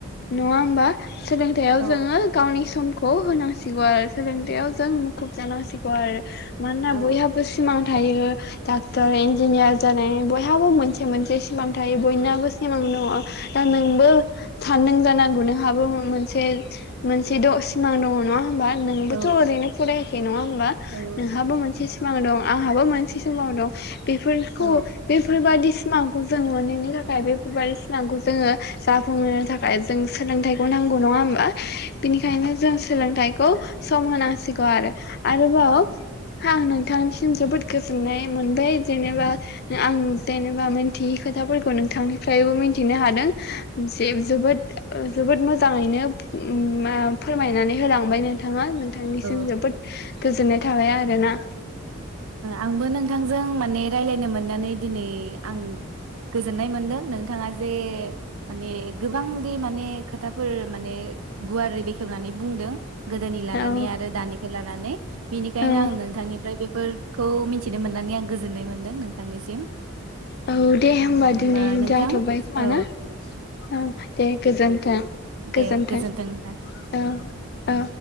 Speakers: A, on the left; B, on the right.
A: नङा होमबा सोलोंथायाव
B: औ
A: जोङो गावनि समखौ खौ होनांसिगौ आरो सोलोंथायाव जों मुखुब जानांसिगौ आरो मानोना
B: औ
A: बयहाबो सिमां थायो डाक्टर इन्जिनियार जानाय बयहाबो मोनसे मोनसे सिमां थायो बयनाबो सिमां दङ दा नोंबो सानदों जानांगौ नोंहाबो मोनसे मोनसे द सिमां दङ नङा होमबा नोंबोथ
B: औ
A: ओरैनो फरायाखै नङा होमबा
B: औ
A: नोंहाबो मोनसे सि दं आंहाबो मोनसे सिमां दं बेफोरखौ
B: औ
A: बेफोरबायदि सिमांखौ जोंङो मोननो थाखाय बेफोरबायदि सिमांखौ जोङो जाफुंहोनो थाखाय जों सोलोंथाइखौ नांगौ नङा होमबा बिनिखायनो जों सोलोंथाइ औ सम होनांसिगौ आरो आरोबाव
B: औ
A: बिथांनिसिम जोबोद गोजोन जोननाय मोनबाय जेनेबा आं जेनेबा मोनथियै खोथाफोरखौ नोंथांनिफ्रायबो मिथिनो हादों जे जोबोद जोबोद मोजाङैनो उम मा फोरमायनानै होलांबाय नोंथाङा बिथांनिसिम
B: औ
A: जोबोद गोजोननाय थाबाय आरो ना
B: आंबो नों थांजों माने रायज्लायनो मोननानै दिनै आं गोजोननाय मोनदों नोंथाङा जे माने गोबांदि माने खोथाफोर माने गुवारै बेखेवनानै बुंदों गोदोनि लानानै
A: औ
B: आरो दानिखो लानानै बेनिखायनो
A: औ
B: आं नोंथांनिफ्राय बेफोर खौ मिथिनो मोननानै आं गोजोननाय मोनदों नोंथांनिसिम
A: औ दे
B: थ'
A: होमबा दिनै
B: नोंथां
A: जाथ'बाय खोमाना
B: औ
A: औ दे गोजोनथों
B: दे
A: गोजोन्थों
B: गोजोनथों नोंथां
A: औ औ